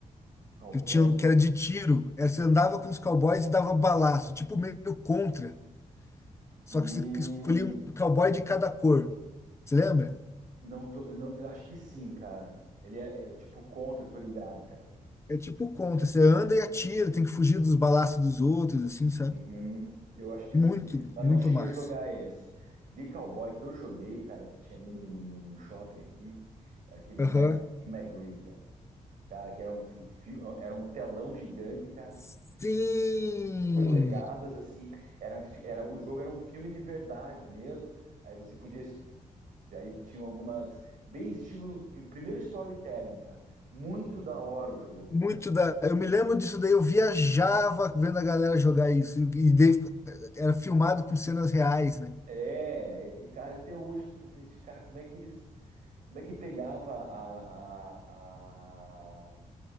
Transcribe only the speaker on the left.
Que tinha, um,
que era de tiro. Era, você andava com os cowboys e dava balaço, tipo meio contra. Só
que você escolhia um cowboy de cada cor. Você lembra?
É tipo contra. Você anda e atira, tem que fugir dos balaços dos outros, assim, sabe?
Muito,
muito
massa.
Aham.
Sim!
Muito
da. Eu me lembro disso daí, eu viajava vendo a galera jogar isso. E, e daí era filmado com cenas reais, né?